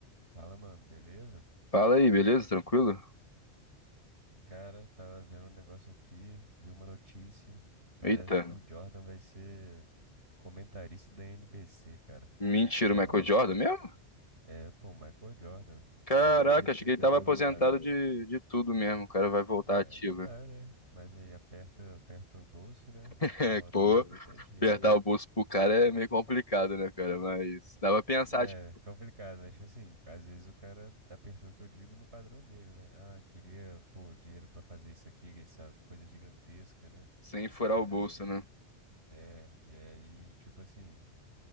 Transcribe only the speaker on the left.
Fala aí, beleza? Tranquilo?
Eita.
Mentira,
o Michael Jordan mesmo?
Caraca,
achei que
ele tava
aposentado
de, de tudo mesmo. O cara vai voltar
ativo.
<laughs>
É,
pô,
apertar
o bolso pro cara é meio complicado, né, cara? Mas dá pra pensar,
tipo,
sem furar
o bolso,
né?